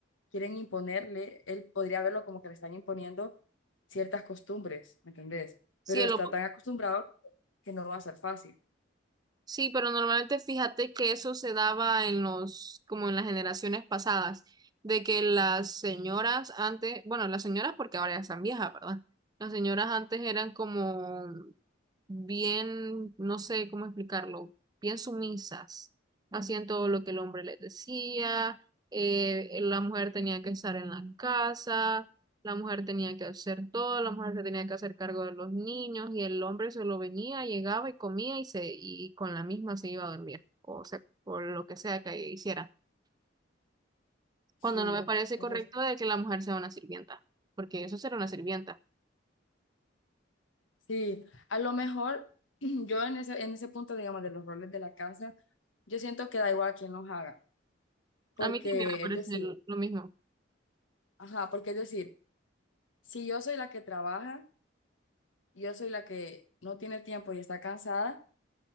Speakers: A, on the left; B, on the right.
A: quieren imponerle, él podría verlo como que le están imponiendo ciertas costumbres, ¿me entendés?
B: Si
A: Pero
B: el
A: está
B: op-
A: tan acostumbrado que no va a ser fácil.
B: Sí, pero normalmente fíjate que eso se daba en los, como en las generaciones pasadas, de que las señoras antes, bueno, las señoras porque ahora ya están viejas, ¿verdad? Las señoras antes eran como bien, no sé cómo explicarlo, bien sumisas, hacían todo lo que el hombre les decía, eh, la mujer tenía que estar en la casa, la mujer tenía que hacer todo, la mujer se tenía que hacer cargo de los niños y el hombre solo venía, llegaba y comía y se y con la misma se iba a dormir, o sea, por lo que sea que hiciera.
A: Sí,
B: Cuando no me Claro. parece
A: eso
B: correcto
A: es-
B: de que la mujer sea una sirvienta, porque eso será una sirvienta.
A: Sí, a lo mejor <clears throat> yo en ese, en ese punto, digamos, de los roles de la casa, yo siento que da igual a quién los haga, porque
B: A mí también me parece
A: es decir,
B: lo lo mismo.
A: Ajá, porque es decir, si yo soy la que trabaja, yo soy la que no tiene tiempo y está cansada,